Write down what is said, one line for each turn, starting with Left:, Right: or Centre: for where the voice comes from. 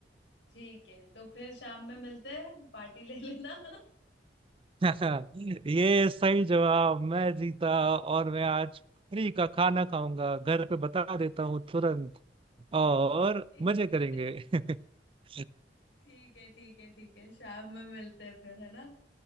Left: ठीक है तो फिर शाम में मिलते हैं पार्टी ले लेना
Right: <laughs> ये सही जवाब मैं जीता और मैं आज फ्री का खाना खाऊंगा घर पे बता
Left: <laughs>
Right: देता हूँ तुरंत और
Left: ठीक
Right: मजे
Left: है
Right: करेंगे <laughs>
Left: ठीक है ठीक है ठीक है शाम में मिलते हैं फिर है ना